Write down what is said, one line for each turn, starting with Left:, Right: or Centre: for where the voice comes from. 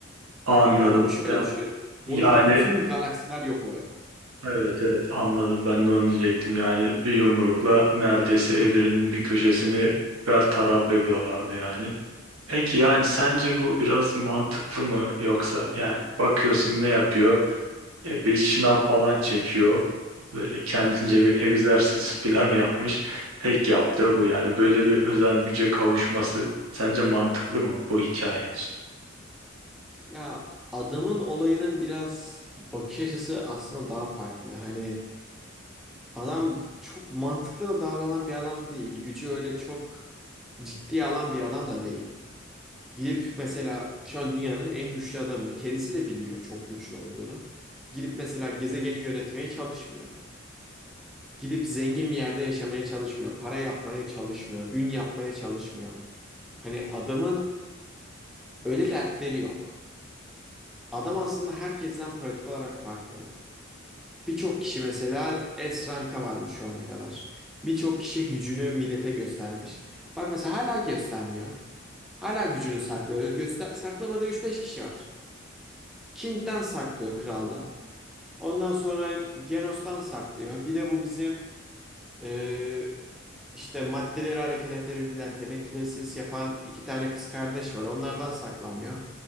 Right: Anladım.
Centre: O yani şöyle
Right: Ya-
Centre: düşün.
Right: Yani,
Centre: Oradaki bütün galaksiler yok oluyor.
Right: evet evet anladım. Ben de onu diyecektim. Yani bir yumrukla neredeyse evrenin bir köşesini bertaraf ediyorlardı yani. Peki yani sence bu biraz mantıklı mı yoksa yani bakıyorsun ne yapıyor? E, bir şınav falan çekiyor. Böyle kendince bir egzersiz planı yapmış. Tek yaptığı bu yani. Böyle bir özel güce kavuşması sence mantıklı mı bu hikaye için?
Centre: Ya adamın olayının biraz bakış açısı aslında daha farklı. Hani adam çok mantıklı da davranan bir adam değil. Gücü öyle çok ciddiye alan bir adam da değil. Gidip mesela şu an dünyanın en güçlü adamı. Kendisi de biliyor çok güçlü olduğunu. Gidip mesela gezegeni yönetmeye çalışmıyor. Gidip zengin bir yerde yaşamaya çalışmıyor. Para yapmaya çalışmıyor. Ün yapmaya çalışmıyor. Hani adamın öyle dertleri yok. Adam aslında herkesten pratik olarak farklı. Birçok kişi mesela S ranka varmış şu ana kadar. Birçok kişi gücünü millete göstermiş. Bak mesela hala göstermiyor. Hala gücünü saklıyor. Göster saklamadığı üç beş kişi var. King'den saklıyor kraldan. Ondan sonra Genos'tan saklıyor. Bir de bu bizim e, işte maddeleri hareket ettirebilen tenekilesiz yapan iki tane kız kardeş var. Onlardan saklamıyor.